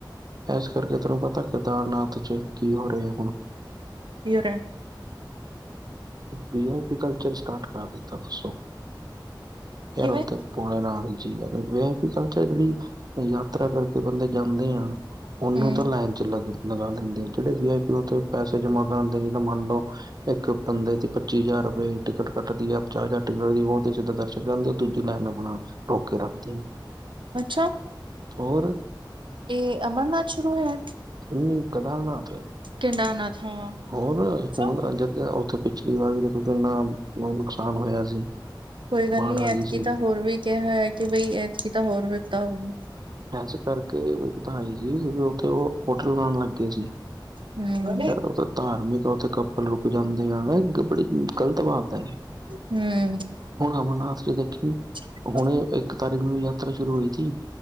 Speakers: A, on the right; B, on the right.
A: ਏਸ ਕਰਕੇ ਤੈਨੂੰ ਪਤਾ ਕੇਦਾਰਨਾਥ ਚ ਕੀ ਹੋ ਰਹੇ ਐ ਹੁਣ
B: <inaudible>
A: ਵੀ ਆਈ ਪੀ ਕਲਚਰ ਸਟਾਰਟ ਕਰ ਦਿੱਤਾ ਦੱਸੋ
B: ਕਿਵੇਂ
A: ਯਾਰ ਉਥੇ ਬੋਲੇਨਾਥ ਜੀ ਆ ਵੀ ਆ ਈ ਕਲਚਰ ਜੇੜੀ ਯਾਤਰਾ ਕਰਕੇ ਬੰਦੇ ਜਾਂਦੇ ਆ। ਓਨੂੰ
B: ਹੂੰ
A: ਤਾਂ ਲੈਣ ਚੋਂ ਲੱਗ ਲਗਾ ਲੈਂਦੇ ਆ ਜਿਹੜੇ ਵੀ ਆਈ ਪੀ ਪੈਸੇ ਜਮਾ ਕਰਨ ਦੇ ਜਿੱਦਾ ਮੰਨ ਲਓ ਇੱਕ ਬੰਦੇ ਤੇ ਪੱਚੀ ਹਜ਼ਾਰ ਰੁਪਏ ਟਿਕਟ ਕੱਟਦੀ ਐ ਪੰੰਜਾਹ ਹਜ਼ਾਰ ਟਿਕਟ ਓ ਤੇ ਸਿੱਧ ਦਰਸ਼ਕ ਜਾਂਦੇ ਉਹ ਦੂਜੀ ਲਾਈਨ ਆਪਣਾ ਰੋਕ ਕੇ ਰੱਖਦੇ ਐ
B: ਅੱਛਾ।
A: ਹੋਰ
B: ਏ ਅਮਰਨਾਥ ਸ਼ੁਰੂ ਹੋਇਆ
A: ਨਹੀਂ ਕੇਦਾਰਨਾਥ
B: ਕੇਦਾਰਨਾਥ ਹਾਂ।
A: ਹੋਰ
B: ਅੱਛਾ
A: ਹੁਣ ਜ ਓਥੇ ਪਿਛਲੀ ਵਾਰ ਵੀ ਦੇਖੋ ਕਿੰਨਾ ਨੁਕਸਾਨ ਹੋਇਆ ਸੀ।
B: ਕੋਈ ਗੱਲ
A: ਬਾੜ
B: ਨੀ
A: ਆ
B: ਐਤਕੀ
A: ਗਈ ਸੀ
B: ਤਾ ਹੋਰ ਵੀ ਕਿਆ ਹੋਇਆ ਕਿ ਬਈ ਐਤਕੀ ਦਾ ਹੋਰ ਵੀ ਪਤਾ ਹੋਗਾ
A: ਇਸ ਕਰਕੇ ਵਧਾਈ ਸੀ ਕਿਉਂਕਿ ਉੱਥੇ ਓ ਹੋਟਲ ਬਣਾਣ ਲੱਗੇ ਸੀ।
B: ਹੂੰ
A: ਯਾਰ ਓ ਧਾਰਮਿਕ ਆ ਉੱਥੇ ਕੱਪਲ ਰੁਕ ਜਾਂਦੇ ਆ ਬੜੀ ਗਲਤ ਬਾਤ ਐ
B: ਹੂੰ
A: ਹੁਣ ਅਮਰਨਾਥ ਚ ਦੇਖੀ
B: ਹੂੰ
A: ਹੁਣੇ ਇੱਕ ਤਾਰੀਕ ਨੂੰ ਯਾਤਰਾ ਸ਼ੁਰੂ ਹੋਈ ਥੀ